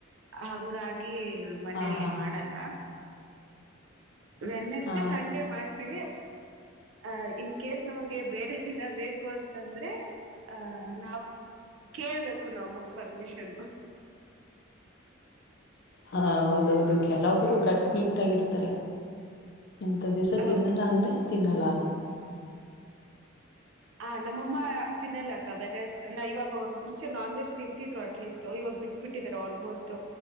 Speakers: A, on the right (about 80°); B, on the left (about 55°).
A: ಹಂಗಾಗಿ ಮನಲಿ
B: ಹಾ ಹಾ
A: ಮಾಡಲ್ಲ ವೆನ್ನಸ
B: ಹಾ
A: ಸಂಡೇ ಮಾಡ್ತೀವಿ ಆ ಇನ್ ಕೇಸ್ ನಮಗೆ ಬೇರೆ ದಿನ ಬೇಕು ಅಂತಂದ್ರೆ ಆಹ ನಾಾವ್ ಕೇಳ್ಬೇಕು ನಾಮಸ್ ಪರ್ಮಿಷನ್
B: ಹಾ ಹೌದೌದು ಕೆಲವೊಬ್ಬರು ಕಟ್ನಿಟ್ಟಾಗಿರ್ತಾರೆ ಇಂಂತ ದಿವ್ಸ ತಿನ್ನಲ್ಲ
A: ಹೌದು
B: ಅಂದ್ರೆ
A: ಅಕ್ಕ
B: ತಿನ್ನಲ್ಲ ಆೆ
A: ಹ ನಮ್ಮಮ್ಮ ತಿನ್ನಲ್ಲಕ್ಕ ವೆನಸ್ ಇವಾಗ ಅವ್ರು ಮುಂಚೆ ನಾನ್ ವೆಜ್ ತಿಂತಿದ್ರು ಅಟ್ಲೀಸ್ಟ್ ಇವಾಗ ಬಿಟ್ಬಿಟ್ಟಿದ್ದಾರೆ ಆಲ್ಮೋಸ್ಟ್